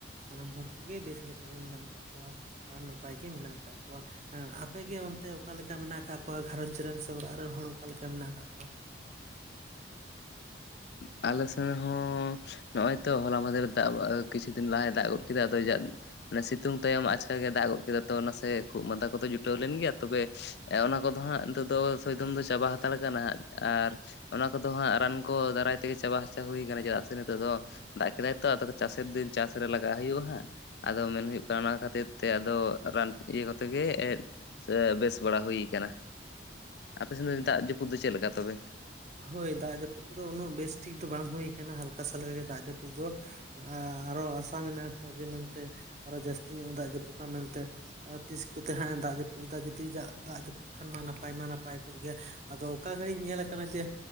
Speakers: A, on the right (about 40°); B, on the left (about 65°).
A: ᱥᱟᱱᱟᱢ ᱦᱚᱲ ᱠᱚᱜᱮ ᱵᱮᱥ ᱞᱮᱠᱟᱜᱮ ᱢᱮᱱᱟᱜ ᱟᱠᱟᱜ ᱠᱚᱣᱟ ᱟᱨ ᱱᱟᱯᱟᱭ ᱜᱮ ᱢᱮᱱᱟᱜ ᱟᱠᱟᱜ ᱠᱚᱣᱟ᱾ ᱦᱮᱸ ᱟᱯᱮᱜᱮ ᱚᱱᱛᱮ ᱚᱠᱟᱞᱮᱠᱟ ᱢᱮᱱᱟᱜ ᱟᱠᱟᱜ ᱠᱚᱣᱟ ᱜᱷᱟᱹᱨᱚᱸᱡᱽ ᱨᱮᱱ ᱥᱮ ᱚᱲᱟᱜ ᱨᱮᱱ ᱦᱚᱲ ᱚᱠᱟᱞᱮᱠᱟ ᱢᱮᱱᱟᱜ ᱟᱠᱟᱜ ᱠᱚᱣᱟ᱾
B: ᱟᱞᱮ ᱥᱮᱱ ᱦᱚᱸ ᱱᱚᱜ ᱚᱭ ᱛᱚ ᱦᱚᱞᱟ ᱢᱟᱦᱫᱷᱮᱨ ᱮ ᱫᱟᱜ ᱢᱟᱫ ᱠᱤᱪᱷᱩ ᱫᱤᱱ ᱞᱟᱦᱟᱭ ᱫᱟᱜ ᱜᱚᱫ ᱠᱮᱫᱟᱭ ᱟᱫᱚ ᱢᱟᱱᱮ ᱥᱤᱛᱩᱝ ᱛᱟᱭᱚᱢ ᱟᱪᱠᱟ ᱜᱮ ᱫᱟᱜ ᱜᱚᱜ ᱠᱮᱫᱟ ᱛᱚ ᱱᱟᱥᱮ ᱠᱷᱩᱜ ᱢᱟᱸᱫᱟ ᱠᱚᱫᱚ ᱡᱩᱴᱟᱹᱣ ᱞᱮᱱ ᱜᱮᱭᱟ ᱛᱚᱵᱮ ᱮᱸ ᱚᱱᱟ ᱠᱚᱫᱚ ᱦᱟᱸᱜ ᱱᱤᱛᱚᱜ ᱫᱚ ᱥᱚᱭᱫᱚᱢ ᱫᱚ ᱪᱟᱵᱟ ᱦᱟᱛᱟᱲ ᱠᱟᱱᱟ ᱟᱨ ᱚᱱᱟ ᱠᱚᱫᱚ ᱦᱟᱸᱜ ᱨᱟᱱ ᱠᱚ ᱫᱟᱨᱟᱭ ᱜᱮ ᱪᱟᱵᱟ ᱦᱟᱥᱟ ᱦᱩᱭ ᱠᱟᱱᱟᱟᱱᱟ ᱛᱮᱜᱤ ᱛᱮᱜᱮ ᱪᱟᱵᱟ ᱦᱟᱪᱟ ᱦᱩᱭ ᱠᱟᱱᱟ ᱪᱮᱫᱟᱜ ᱥᱮ ᱱᱤᱛᱚᱜ ᱫᱚ ᱫᱟᱜ ᱠᱮᱫᱟᱭ ᱛᱚ ᱟᱫᱚ ᱪᱟᱥᱮᱨ ᱫᱤᱱ ᱪᱟᱥ ᱨᱮ ᱞᱟᱜᱟᱜ ᱦᱩᱭᱩᱜᱼᱟ ᱦᱟᱸᱜ᱾ ᱟᱫᱚ ᱢᱮᱱ ᱦᱩᱭᱩᱜ ᱠᱟᱱᱟ ᱚᱱᱟ ᱠᱷᱟᱹᱛᱤᱨ ᱛᱮ ᱟᱫᱚ ᱨᱟᱱ ᱤᱭᱟᱹ ᱠᱚᱛᱮ ᱜᱮ ᱮᱸᱫ ᱥᱮ ᱵᱮᱥ ᱵᱟᱲᱟ ᱦᱩᱭ ᱠᱟᱱᱟ ᱟᱯᱮ ᱥᱮᱱ ᱫᱚ ᱫᱟᱜ ᱡᱟᱹᱯᱩᱫ ᱫᱚ ᱪᱮᱜᱞᱮᱠᱟ ᱛᱚᱵᱮ
A: ᱦᱳᱭ ᱫᱟᱜ ᱡᱟᱹᱯᱩᱫ ᱠᱚᱫᱚ ᱩᱱᱟᱹᱜ ᱵᱮᱥᱴᱷᱤᱠ ᱫᱚ ᱵᱟᱝ ᱦᱩᱭ ᱠᱟᱱᱟ ᱦᱟᱞᱠᱟᱥᱟᱞᱠᱟ ᱜᱮ ᱫᱟᱜ ᱡᱟᱹᱯᱩᱫ ᱫᱚ ᱟ ᱟᱨᱚ ᱟᱥᱟ ᱢᱮᱱᱟᱜ ᱟᱠᱟᱫᱟ ᱡᱮ ᱢᱮᱱᱛᱮ ᱟᱨᱚ ᱡᱟᱹᱥᱛᱤ ᱧᱚᱜ ᱮ ᱫᱟᱜ ᱡᱟᱹᱯᱩᱫᱟ ᱢᱮᱱᱛᱮ ᱟᱫᱚ ᱛᱤᱥ ᱠᱚᱛᱮ ᱦᱟᱸᱜ ᱮ ᱫᱟᱜ ᱡᱟᱹᱯᱩᱜ ᱫᱟ ᱡᱩᱫᱤ ᱡᱟᱜ ᱫᱟᱜ ᱡᱟᱹᱯᱩᱫ ᱠᱷᱟᱱ ᱢᱟ ᱱᱟᱯᱟᱭ ᱢᱟ ᱱᱟᱯᱟᱭ ᱠᱚᱜ ᱜᱮᱭᱟ ᱟᱫᱚ ᱚᱠᱟ ᱜᱷᱟᱹᱲᱤᱡ ᱧᱮᱞ ᱠᱟᱱᱟ ᱡᱮ